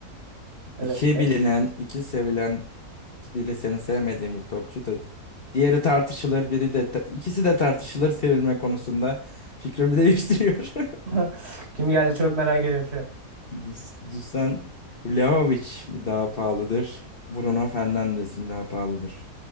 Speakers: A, on the right (about 40°); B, on the left (about 40°).
A: Evet.
B: İki bilinen, iki sevilen biri seni sevmediğim bir topçu da diğeri tartışılır, biri de ikisi de tartışılır sevilme konusunda fikrimi <laughs> değiştiriyor. <laughs>
A: <laughs> Kim geldi çok merak ediyorum şu an.
B: Dus- Dusan Vlahovic mi daha pahalıdır? Bruno Fernandes mi daha pahalıdır?